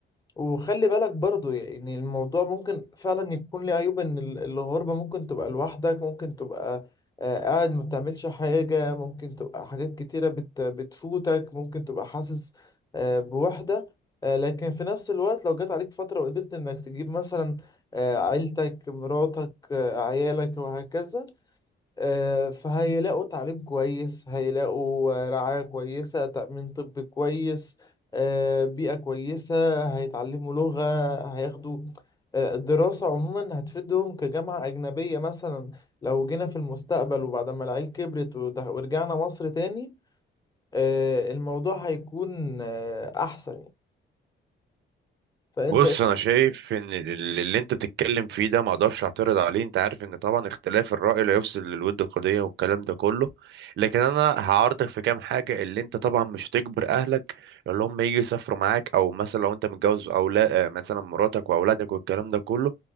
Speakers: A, on the left; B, on the right.
A: وخلي بالك برضو يعني الموضوع ممكن فعلا يكون ليه عيوب ان ال- الغربة ممكن تبقى لوحدك ممكن تبقى آه، قاعد ما بتعملش حاجة ممكن تبقى حاجات كتيرة بت بتفوتك ممكن تبقى حاسس آه، بوحدة آه، لكن في نفس الوقت لو جت عليك فترة وقدرت انك تجيب مثلا آه، عيلتك مراتك آه، عيالك وهكذا آه، فهيلاقوا تعليم كويس هيلاقوا آه، رعاية كويسة تأمين طبي كويس آه، بيئة كويسة هيتعلموا لغة هياخدوا آه، الدراسة عموما هتفيدهم كجامعة أجنبية مثلا لو جينا في المستقبل وبعد ما العيل كبرت وده- ورجعنا مصر تاني آه، الموضوع هيكون آه، أحسن يعني. فأنت
B: بص انا شايف ان ال- اللي انت بتتكلم فيه ده ما اقدرش اعترض عليه انت عارف ان طبعا اختلاف الرأي لا يفسد للود قضية والكلام ده كله لكن انا هعارضك في كام حاجة اللي انت طبعا مش تجبر اهلك اللي هم يجي يسافروا معاك او مثلا لو انت متجوز او لا آه، مثلا مراتك واولادك والكلام ده كله